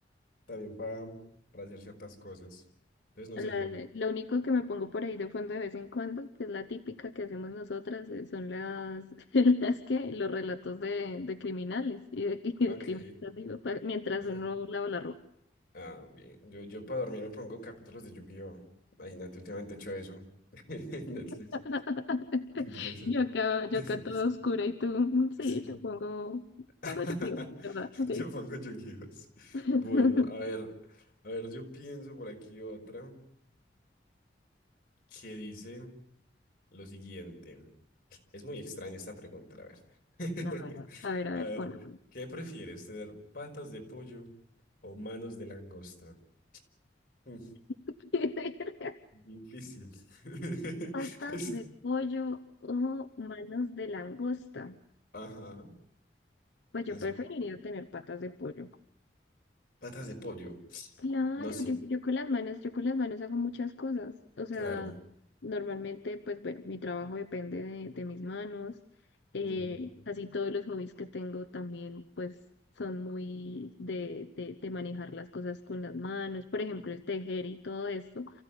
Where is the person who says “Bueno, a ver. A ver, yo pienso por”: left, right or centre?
Left